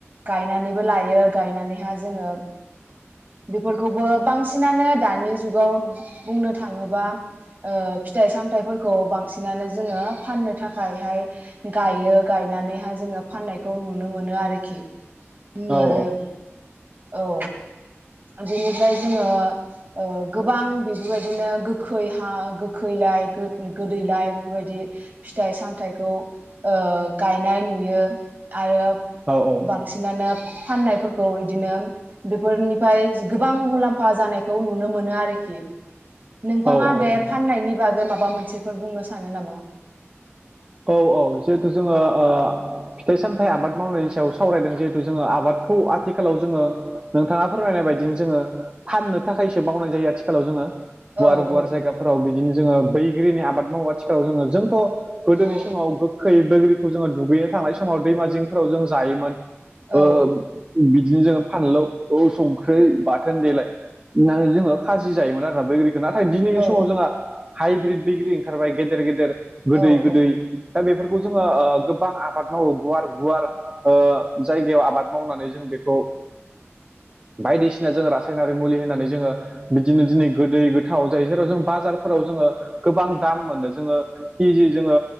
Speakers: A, on the right; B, on the right.
A: गायनानैबो लायो गायनानैहा जोङो बेफोरखौबो बांसिनानो दानि जुगाव बुंनो थाङोबा ओ फिथाइ सामथाइफोरखौ बांसिनानो जोङो फाननो थाखायहाय गायो गायनानैहाय जोङो फाननायखौ नुनो मोनो आरोखि। हमनो
B: औ
A: औ बेनिफ्राय जोङो ओ गोबां बेफोरबायदिनो गोखै हा गोखैलाय गोदैलाय बेफोरबायदि फिथाइ सामथाइखौ ओ गायनाय नुयो आरो।
B: औ औ अ
A: सिनानोब फाननायफोरखौ इदिनो बेफोरनि फाय गोबां मुलाम्फा जानायखौ नुनो मोनो आरोखि नोंथाङा
B: औ औ
A: बे फाननायनि बागै माबा मोनसेफोर बुंनो सानो नामा?
B: औ औ जेथु जोङो ओ फिथाइ सामथाइ आबाद मावनायनि सायाव सावरायदों जेथु जोंङो आबादखौ आथिखालाव जोंङो नोंथाङा फोरमायनाय बायदिनो जोङो फाननो थाखायसो बावनाय जायो आथिखालाव जोंङो गुवार
A: औ
B: गुवार
A: औ
B: जायगाफ्राव बिदिनो जोंङो बैग्रिनि आबाद मावो आथिखाव जोंङो जोंथ गोदोनि
A: औ
B: समाव गोखै बोग्रिखौ जोंङो दुगैनो थांनाय समाव दैमा जिंफोराव जों जायोमोन
A: औ
B: ओ बिदिनो जोंङो फानलौ औ संख्रै बाथोन देलाय ओनानै जोंङो खाजि जायोमोन आरो ना बैग्रि नाथाय दिनि
A: औ
B: समाव जोंहा हाइब्रिड बग्रि ओंखारबाय गेदेर गेदेर गोदै
A: औ
B: गोदै
A: औ
B: दा बेफोरखौ जोंङो ओ गोबां आबाद मावो गुवार गुवार ओ जायगायाव आबाद मावनानै जों बेखौ बायदिसिना जोङो रासायनारि मुलि होनानै जोंङो बिदिनो दिनै गोदै गोथाव जाय जेराव जों बाजारफोराव जोंङो गोबां दाम मोनो जोंङो हि जि जोङो